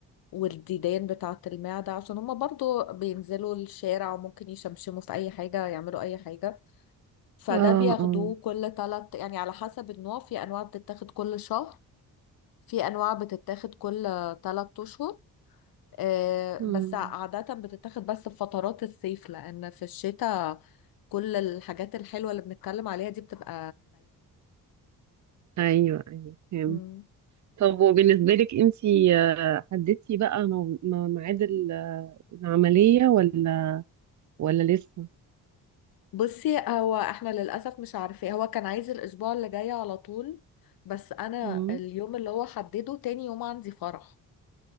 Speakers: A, on the left; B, on the right.
A: والديدان بتاعة المعدة عشان هما برضو بينزلوا الشارع وممكن يشمشموا في أي حاجة يعملوا أي حاجة فده
B: اه
A: بياخدوه
B: اه
A: كل تلت يعني على حسب النوع في أنواع بتتاخد كل شهر في أنواع بتتاخد كل تلت أشهر آه،
B: امم
A: بس عادة بتتاخد بس في فترات الصيف لأن في الشتاء كل الحاجات الحلوة اللي بنتكلم عليها دي بتبقى
B: ايوه ايوه فهمت
A: نايمة
B: طب وبالنسبة لك انتي آه، حددتي بقى مو- م- ميعاد العملية ولا ولا لسه
A: بصي هو احنا للأسف مش عارفين هو كان عايز الأسبوع اللي جاي على طول بس أنا
B: مم.
A: اليوم اللي هو حدده تاني يوم عندي فرح